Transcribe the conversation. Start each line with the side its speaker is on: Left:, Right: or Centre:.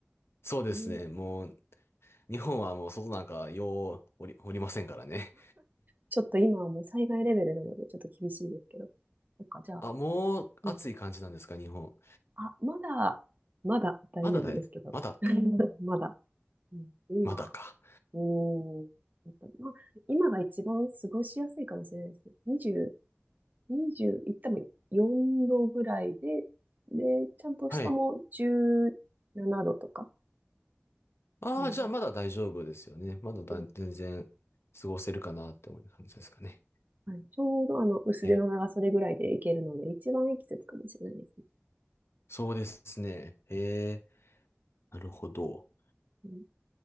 Left: そうですね。
Right: うん
Left: もう、日本はもう外なんかようおり、おりませんからね。
Right: ちょっと今はもう災害レベルなので、ちょっと厳しいですけど。そっか、じゃあ、
Left: あ、もう暑い感じなんですか、
Right: うん。
Left: 日本。
Right: あ、まだ、まだ大丈夫ですけど。
Left: まだ大、まだ、
Right: うん <laughs>。まだ。うん、今、
Left: まだか。
Right: うーん。やっぱまあ、今が一番過ごしやすいかもしれないですね。20、2いっても4度ぐらいで、で、ちゃんと下も17度とか、
Left: はい。ああ、
Right: あの
Left: じゃあまだ大丈夫ですよね。まだだ全然過ごせるかなって思う感じですかね。
Right: うんはい、ちょうどあの薄手の長袖ぐらいでいけるので、
Left: え、
Right: 一番いい季節かもしれないですね。
Left: そうですね。えー、なるほど。
Right: うん、